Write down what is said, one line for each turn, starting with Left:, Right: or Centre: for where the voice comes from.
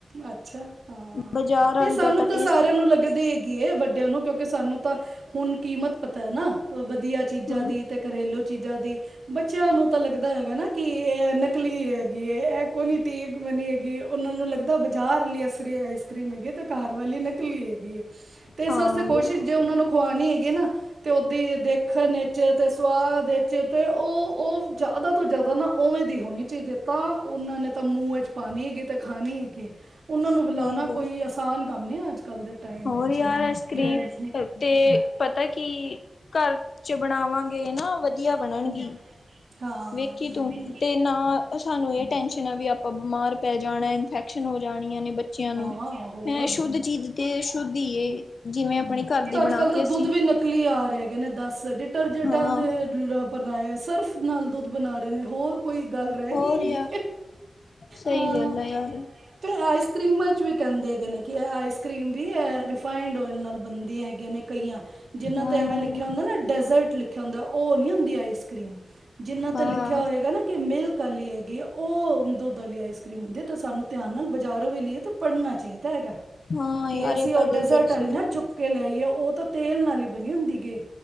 Right: ਅੱਛਾ ਹਾਂ
Left: ਬਾਜ਼ਾਰ ਵਾਲੀ
Right: ਨਹੀਂ ਸਾਨੂੰ
Left: ਦਾ
Right: ਤਾਂ
Left: ਟੇਸਟ
Right: ਸਾਰਿਆਂ
Left: ਹੀ
Right: ਨੂੰ ਲੱਗਦੇ ਗ ਵੱਡਿਆਂ ਨੂੰ ਕਿਉਂਕਿ ਸਾਨੂੰ ਤਾਂ ਹੁਣ ਕੀਮਤ ਪਤਾ ਹੈ ਨਾ ਵਧ ਦੀ ਆ ਚੀਜ਼ਾਂ
Left: ਹਮ
Right: ਦੀ ਤੇ ਘਰੇਲੂ ਚੀਜ਼ਾਂ ਦੀ ਬੱਚਿਆਂ ਨੂੰ ਤਾਂ ਲੱਗਦਾ ਹੈਗਾ ਨਾ ਕਿ ਇਹ ਨਕਲੀ ਹੈਗੀ ਇਹ ਕੋ ਨੀ ਤੀ ਬ ਹੈਗੀ ਗੀ ਉਹਨਾਂ ਨੂੰ ਲੱਗਦਾ ਬਜ਼ਾਰ ਲਈ ਅਸਰੀ ਆਈਸ ਕਰ੍ਰੀਮ ਹੈਗੀ ਆ ਤਾਂ ਘਰ ਵਾਲੀ ਨਿਕਲੀ ਹੈਗੀ ਏ। ਤੇ ਇਸ
Left: ਹਾਂ
Right: ਵਾਸਤੇ ਕੋਸ਼ਿਸ਼
Left: ਬਿਲਕੁਲ
Right: ਜੇ
Left: ਸਹੀ
Right: ਉਹਨਾ ਨੂੰ
Left: ਹੈ
Right: ਖਵਾਣੀ ਹੈਗੀ ਏ ਨਾ ਤੇ ਉਹਦੀ ਦੇਖਣ ਚ ਤੇ ਸੁਵਾਦ ਚ ਤੇ ਉਹ ਉਹ ਜ਼ਿਆਦਾ ਤੋਂ ਜ਼ਿਆਦਾ ਨਾ ਉਵੇਂ ਦਿ ਹੋਨੀ ਚਾਹੀਦੀ ਏ ਤਾਂ ਉਹਨਾਂ ਨੇ ਤਾਂ ਮੂੰਹ ਵਿੱਚ ਪਾਣੀ ਤੇ ਖਾਣੀ ਹੈਗੇ ਉਹਨਾਂ ਨੂੰ
Left: ਸਹੀ
Right: ਬੁਲਾਣਾ
Left: ਗੱਲ
Right: ਕੋਈ ਆਸਾਨ ਕੰਮ ਨਹੀਂ ਅੱਜ ਕੱਲ੍ਹ ਦੇ ਟਾਈਮ
Left: ਹੋਰ
Right: ਵਿੱਚ
Left: ਯਾਰ ਐੱਸਕਰੀਮ
Right: ਤੇ ਹੂੰ
Left: ਤੇ ਪਤਾ ਕੀ ਘਰ ਚ ਬਣਾਵਾਂਗੇ ਨਾ ਵਧੀਆ ਬਣਨਗੀ
Right: ਹੂੰ ਹਾਂ ਹੂੰ
Left: ਵੇਖੀ ਤੂੰ
Right: ਹੂੰ
Left: ਤੇ ਨਾ ਸਾਨੂੰ ਇਹ ਟੈਸ਼ਨ ਆ ਵੀ ਆਪਾਂ ਬਿਮਾਰ ਪੈ ਜਾਣਾ ਇਨਫੈਕਸ਼ਨ ਹੋ ਜਾਣੀਆਂ ਨੇ ਬੱਚਿਆਂ ਨੂੰ
Right: ਹਾਂ-ਹਾਂ ਹੋਰ
Left: ਅ ਸ਼ੁੱਧ ਚੀਜ਼ ਤੇ ਸ਼ੁੱਧ ਹੀ ਜਿਵੇਂ ਆਪਣੇ ਘਰ ਦੀ ਬਣਾ
Right: ਅੱਜ ਕੱਲ ਤਾਂ
Left: ਕੇ
Right: ਦੁੱਧ
Left: ਅਸੀਂ
Right: ਵੀ ਨਕਲੀ ਆ ਰਹੇ ਹੈਗੇ ਨੇ ਦਸ ਡਿਟਰਜੈਂਟਾਂ
Left: ਹਾਂ
Right: ਦੇ ਬਣਾਏ ਸਰਫ ਨਾਲ ਦੁੱਧ ਬਣਾ ਰਹੇ ਨੇ ਹੋਰ ਕੋਈ ਗੱਲ ਰਹਿ
Left: ਹੋਰ
Right: ਗਈ ਹੈਗੀ
Left: ਯਾਰ ਸਹੀ
Right: ਹਾਂ
Left: ਗੱਲ ਆ ਯਾਰ
Right: ਤੇ ਕਰੀਮਾਂ ਚ ਵੀ ਕਹਿੰਦੇ ਹੈਗੇ ਨੇ ਕਿ ਆਈਸ ਕਰ੍ਰੀਮ ਵੀ ਰਿਫਾਈੰਡ ਓਇਲ ਨਾਲ ਬਣਦੀਆਂ ਹੈਗੀਆਂ ਨੇ ਕਈਆਂ ਜਿਨ੍ਹਾਂ
Left: ਹਾਂ
Right: 'ਤੇ ਐਵੇਂ ਲਿਖਿਆ ਹੁੰਦਾ ਨਾ ਡੈਜ਼ਰਟ ਲਿਖਿਆ ਹੁੰਦਾ ਉਹ ਨਹੀਂ ਹੁੰਦੀ ਆਈਸ ਕਰ੍ਰੀਮ ਜਿੰਨਾ
Left: ਹਾਂ
Right: ਤੇ ਲਿਖਿਆ ਹੋਏਗਾ ਨਾ ਕਿ ਮਿਲਕ ਆਲੀ ਹੈਗੀ ਆ ਉਹ ਦੁੱਧ ਵਾਲੀ ਆਈਸ ਕਰ੍ਰੀਮ ਹੁੰਦੀ ਹੈ ਤਾਂ ਸਾਨੂੰ ਧਿਆਨ ਨਾਲ ਬਜ਼ਾਰੋਂ ਵੀ ਲਈਏ ਤਾਂ ਪੜ੍ਹਨਾ ਚਾਹੀਦਾ ਹੈਗਾ
Left: ਹਾਂ
Right: ਕਿ
Left: ਯਾਰ
Right: ਅਸੀਂ
Left: ਇਹ ਤਾਂ
Right: ਉਹ
Left: ਗੱਲ
Right: ਡਜੈਰਟ
Left: ਤੇਰੀ ਸਹੀ
Right: ਵਾਲੀ ਨਾ
Left: ਹੈ
Right: ਚੁੱਕ ਕੇ ਲਿਆਈਏ ਉਹ ਤਾਂ ਤੇਲ ਨਾਲ ਹੀ ਬਣੀ ਹੁੰਦੀ ਗੇ